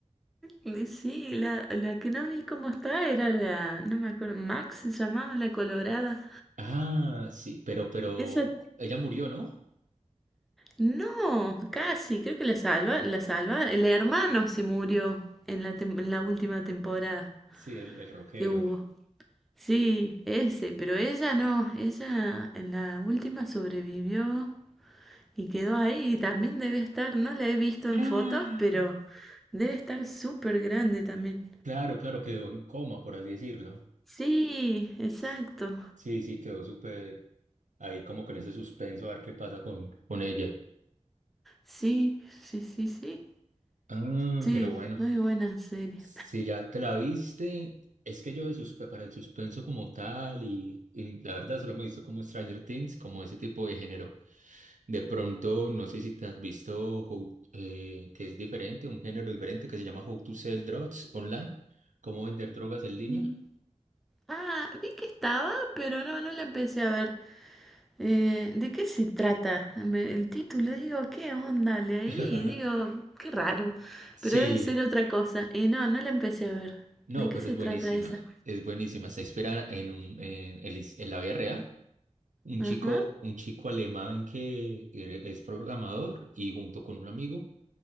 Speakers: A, in the centre; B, on the right.
A: Y Sí, la, la que no vi cómo está era la, no me acuerdo, Max se llamaba la Colorada.
B: Ah, sí, pero, pero
A: Esa
B: ella murió, ¿no?
A: No, casi, creo que la salva, la salva. El hermano se murió en la, tem- en la última temporada
B: Sí, el, el rockero.
A: que hubo. Sí, ese, pero ella no, ella en la última sobrevivió y quedó ahí y también debe estar, no la he visto en
B: Ah,
A: fotos, pero debe estar súper grande también.
B: claro, claro, quedó en coma, por así decirlo.
A: Sí, exacto.
B: S- Sí, sí, quedó súper ahí como con ese suspenso a ver qué pasa con, con ella.
A: Sí, sí, sí, sí.
B: Ah,
A: Sí,
B: pero bueno.
A: muy buena serie.
B: Si ya te la viste, es que yo de suspe- para el suspenso como tal y, y la verdad solo me he visto como Stranger Things, como ese tipo de género. De pronto, no sé si te has visto How- eh, que es diferente, un género diferente que se llama How to Sell Drugs Online, cómo vender drogas en línea.
A: Mm. Ah, vi que estaba, pero no, no la empecé a ver. Eh, ¿de qué se trata? Me- el título, digo, ¿qué onda? Leí,
B: <laughs>
A: digo, qué raro,
B: Sí,
A: pero debe ser otra cosa. Y no, no la empecé a ver.
B: no,
A: ¿De qué
B: pero
A: se
B: es buenísima,
A: trata esa?
B: es buenísima. Está inspirada en, un, en, el his- en la vida real. Un
A: Ajá.
B: chico, un chico alemán que eh, es programador y junto con un amigo